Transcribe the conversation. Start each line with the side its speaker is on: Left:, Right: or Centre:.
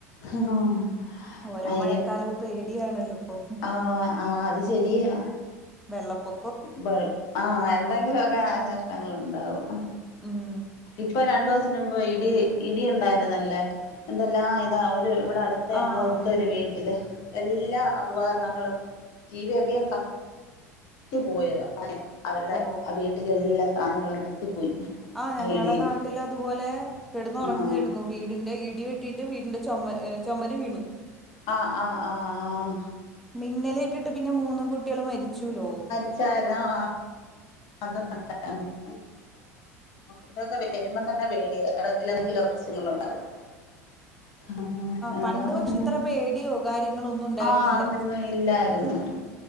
Left: ആഹ്
Centre: ഓരോ
Left: അയിന്
Centre: മഴക്കാലവും പേടിയാണല്ലോ ഇപ്പൊ
Left: ആഹ് ആഹ് അത് ശെരിയാ
Centre: വെള്ളപ്പൊ
Left: ബൾ ആഹ് എന്തെങ്കിലൊ ക്കെ നാശനഷ്ടങ്ങള്ണ്ടാവും.
Centre: ഉം
Left: ഇപ്പ രണ്ടോസം മുമ്പ് ഇടി ഇടി ഉണ്ടായിരുന്നല്ലോ എന്തെല്ലാം ഇതാ ഒര് ഇവടടുത്ത
Centre: ആഹ്
Left: ഞങ്ങളടുത്തൊരു വീ ട്ടില് എല്ലാ ഉപകരണങ്ങളും ടി വി ഒക്കെ അങ്ങ് ക ത്തി പോയതാ അ അവരുടെ
Centre: ഓ
Left: ആഹ് വീട്ടിലെല്ലാ സാനങ്ങളും കത്തിപ്പോയി.
Centre: ആഹ് ഞങ്ങളെ
Left: ആ ഇടിയില്
Centre: നാട്ടിലതുപോലെ കെടന്നൊറങ്ങാര്ന്നു
Left: ആഹ്
Centre: വീടിന്റെ ഇടിവെട് ട്ടിട്ട് വീടിന്റെ ചൊമ ഏഹ് ചൊമര് വീണു.
Left: ആഹ് ആഹ് ആഹാ
Centre: മിന്നലേറ്റിട്ട് പിന്നെ മൂന്ന് കുട്ട്യോള് മരിച്ചൂലോ
Left: <unintelligible> ആഹ് അത് <unintelligible> ഇതൊക്കെ വരുമ്പം തന്നെ പേടിയ വേറെ എന്തിലാനെങ്കിലും പ്രശ്നങ്ങളുണ്ടാവും. ആഹ്
Centre: പണ്ട്
Left: അതാ
Centre: പക്ഷെ ഇത്ര പേടിയോ
Left: <inaudible>
Centre: കാര്യങ്ങളോ ഒന്നും ഉണ്ടായിരുന്നില്ല
Left: ആഹ് അങ്ങനൊന്നും ഇല്ലാരുംന്ന്